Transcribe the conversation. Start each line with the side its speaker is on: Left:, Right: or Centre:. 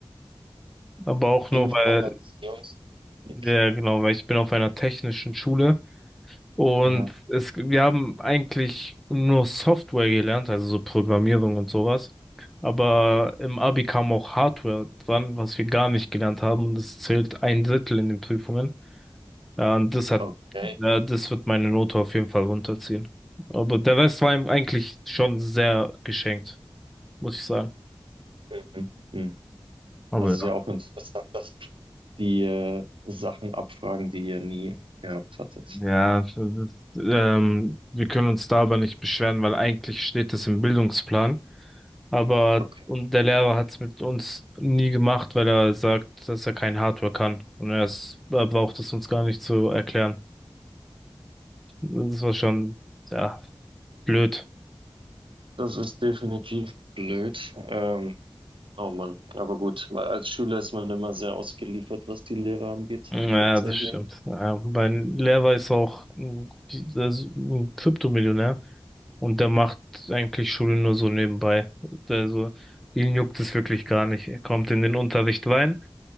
Centre: Aber auch nur,
Right: Informationstechnik.
Centre: weil, ja, genau, weil ich bin auf einer technischen Schule Und
Right: Aha.
Centre: es, wir haben eigentlich nur Software gelernt, also so Programmierung und sowas. Aber im Abi kam auch Hardware dran, was wir gar nicht gelernt haben. Und das zählt ein Drittel in den Prüfungen. Ja, und das hat,
Right: Okay.
Centre: ja, das wird meine Note auf jeden Fall runterziehen. Aber der Rest war ihm eigentlich schon sehr geschenkt, muss ich sagen.
Right: Mhm. Mhm.
Centre: Aber
Right: Das
Centre: ja,
Right: ist ja auch interessant, dass die äh, Sachen abfragen, die ihr nie gehabt hattet.
Centre: ja, das ist, ähm, wir können uns da aber nicht beschweren, weil eigentlich steht es im Bildungsplan. Aber
Right: Okay.
Centre: und der Lehrer hat es mit uns nie gemacht, weil er sagt, dass er kein Hardware kann. Und er ist- er braucht es uns gar nicht zu erklären. Das war schon, ja, blöd.
Right: Das ist definitiv blöd. Ähm, oh Mann, aber gut. Weil als Schüler ist man immer sehr ausgeliefert, was die Lehrer angeht,
Centre: Ja,
Right: tatsächlich.
Centre: das stimmt. Ja, mein Lehrer ist auch ein, das- ein Kryptomillionär und der macht eigentlich Schule nur so nebenbei. Also, ihn juckt es wirklich gar nicht. Er kommt in den Unterricht rein,